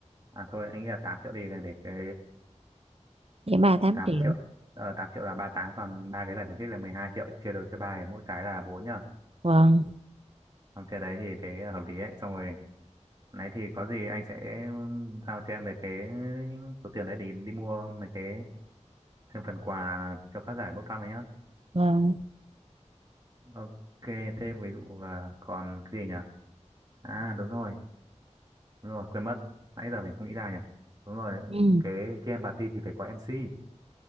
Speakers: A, on the right; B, on the right.
A: À thôi, anh nghĩ là 8 triệu đi để cái
B: dễ ba 8
A: 8
B: triệu
A: triệu. Ờ, 8 triệu là ba tám còn ba cái giải khuyến khích là 12 triệu chia đôi cho ba thì mỗi cái là 4 nhá.
B: vâng
A: Còn cái đấy thì thế là hợp lý ấy. Xong rồi, nãy thì có gì anh sẽ giao cho em về cái số tiền đấy để đi mua mấy cái thêm phần quà cho các giải bốc thăm ấy nhá.
B: vâng
A: Ok, thế ví dụ là còn cái gì nhỉ? À đúng rồi, đúng rồi, quên mất. Nãy giờ mình không nghĩ ra nhỉ. Đúng rồi,
B: ừ
A: cái jam party thì phải có MC.